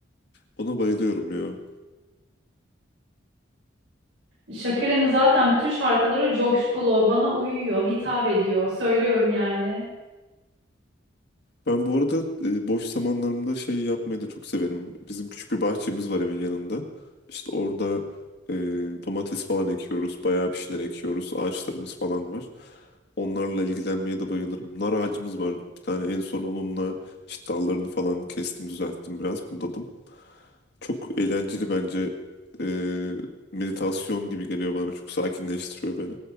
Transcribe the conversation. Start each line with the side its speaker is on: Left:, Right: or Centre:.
Left: Ona bayılıyorum ya.
Right: Shakira'nın zaten bütün şarkıları coşkulu, bana uyuyor, hitap ediyor. Söylüyorum yani.
Left: Ben bu arada e, boş zamanlarımda şey yapmayı da çok severim. Bizim küçük bir bahçemiz var evin yanında. İşte orada e, domates falan ekiyoruz. Bayağı bir şeyler ekiyoruz. Ağaçlarımız falan var. Onlarla ilgilenmeye de bayılırım. Nar ağacımız var. Bir tane en son onunla işte dallarını falan kestim, düzelttim biraz. Budadım. Çok eğlenceli bence. Ee, meditasyon gibi geliyor bana. Çok sakinleştiriyor beni.